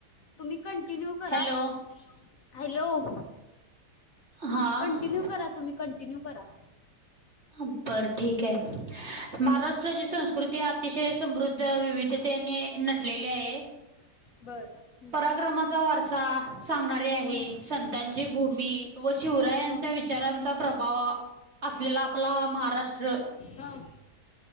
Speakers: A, on the left (about 60°); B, on the right (about 40°).
A: तुम्ही कंटिन्यू करा
B: हॅलो
A: हॅलो हॅलो
B: हां
A: कंटिन्यू करा तुम्ही कंटिन्यू करा
B: हम्म. बर ठीक आहे, महाराष्ट्राची
A: हम्म,
B: संस्कृती अतिशय समृद्ध विविधतेने नट लेली आहे
A: बर हम्म.
B: पराक्रमाचा वारसा सांगणारी आहे
A: हम्म,
B: संतांची भूमी
A: हम्म,
B: व शिवरायांच्या
A: हा
B: विचारांचा प्रभाव असलेला आप आपला महाराष्ट्र
A: हा